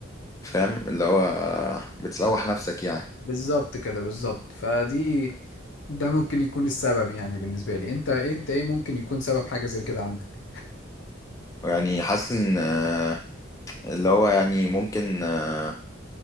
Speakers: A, on the left; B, on the left.
A: فاهم اللي هو آه، بتسوح نفسك يعني
B: بالظبط كده بالظبط فدي ده ممكن يكون السبب يعني بالنسبة لي انت انت ايه ممكن يكون سبب حاجة زي كده عندك
A: يعني حاسس ان آه، اللي هو يعني ممكن آه،